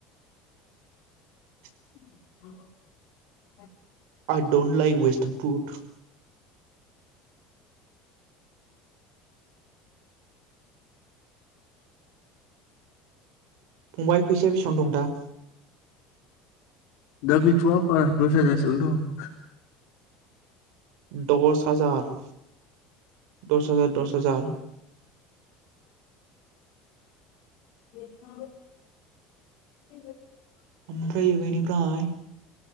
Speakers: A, on the right; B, on the left.
A: <unintelligible>
B: <inaudible>
A: आइ ड'ट लाइक वेस्ट ए फुट फंबाय फैसा बेसेबां दं दा
B: दागैथ'या दस हाजारसेल' दं
A: दस हाजार द'स हाजार दस हाजार
B: <unintelligible>
A: ओमफ्राय बेनिफ्राय